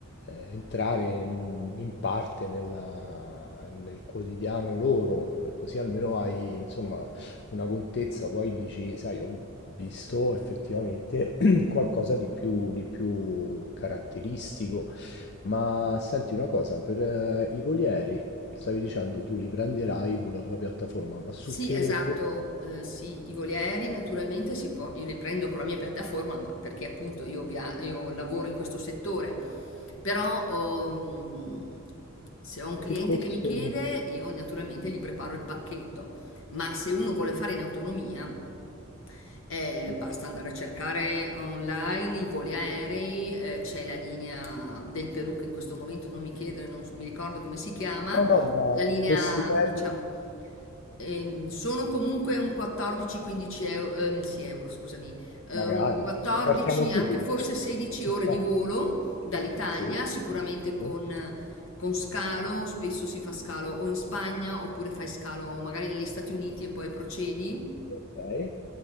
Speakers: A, on the left; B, on the left.
A: eh, entrare in, in parte nella- nel quotidiano loro, così almeno hai insomma una contezza, poi dici, sai, ho visto effettivamente <clears throat> qualcosa di più, di più caratteristico. Ma senti una cosa, per eh, i volieri, stavi dicendo tu li prenderai con la tua piattaforma, ma su
B: Sì,
A: che
B: esatto,
A: costo?
B: eh, sì, i voli aerei naturalmente si può, io li prendo con la mia piattaforma, ma perché appunto io, via- io lavoro in questo settore, però ehm, se ho un cliente
A: Che costo?
B: che mi chiede, io naturalmente gli preparo il pacchetto, ma se uno vuole fare in autonomia, eh,
A: Sì.
B: basta andare a cercare online i voli aerei, eh, c'è la linea del Perù che in questo momento non mi chiedere, non s- mi ricordo come si chiama,
A: No, no, ma
B: la linea,
A: costi medi?
B: diciamo, ehm, sono comunque un 14-15 euro, ehm, sì, euro, scusami, eh,
A: Magari,
B: un 14,
A: partiamo
B: anche
A: subito.
B: forse 16
A: <laughs>
B: ore di volo dall'Italia,
A: Sì.
B: sicuramente con,
A: Sì.
B: con scalo, spesso si fa scalo o in Spagna oppure fai scalo magari negli Stati Uniti e poi procedi.
A: Okay.